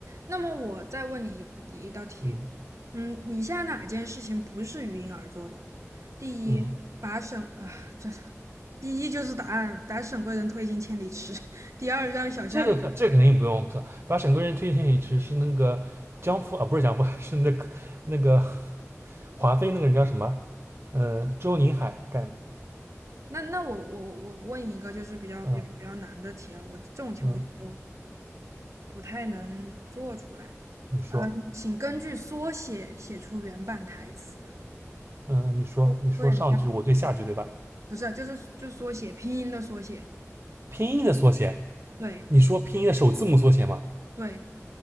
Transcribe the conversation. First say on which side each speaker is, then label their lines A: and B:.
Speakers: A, on the right; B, on the right.
A: 那么我再问你一一道题，
B: 嗯
A: 嗯，以下哪件事情不是鱼鹰而做的？第一，
B: 嗯，
A: 把沈啊，这第一就是答案，把沈贵人推进千里池。<laughs> 第二，让小虾
B: 这个可这个肯定不用可把沈贵人推荐给只是那个江父啊，不是江父，<laughs> 是那个那个华妃那个人叫什么？呃，周宁海干的。
A: 那那我我我我问你一个就是比较比较比较难的题啊，
B: 嗯
A: 我这种题我一直都
B: 嗯，
A: 不太能做出来。
B: 你说，
A: 请根据缩写写出原版台词。
B: 嗯，你说，
A: 缩缩写的
B: 你说上句我对下句对吧？
A: 不是啊，就是就是缩写拼音的缩写。
B: 拼音的缩写，
A: 对
B: 你说拼音的首字母缩写嘛？
A: 对，